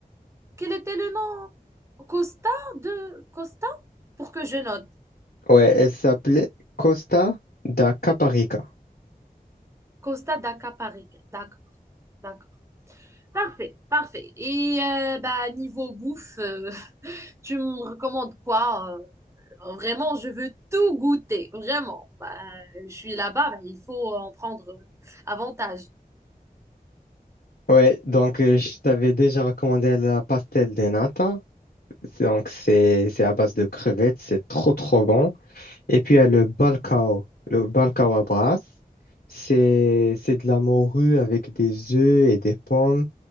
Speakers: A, on the right (about 20°); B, on the left (about 80°).
A: quel était le nom? Costa de Costa? Pour que je note.
B: Ouais, elle s'appelait Costa da Caparica.
A: Costa d'Aca Paris. D'accord, d'accord. Parfait, parfait. Et euh, bah, niveau bouffe, euh, <laughs> tu me recommandes quoi? Euh, vraiment, je veux tout goûter. Vraiment. Bah, je suis là-bas, bah, il faut en prendre euh, avantage.
B: Ouais, donc euh, je t'avais déjà recommandé la pastel de nata. Donc, c'est c'est à base de crevettes, c'est trop trop bon. Et puis il y a le balcao. Le balcao à Brasse, c'est c'est de la morue avec des œufs et des pommes.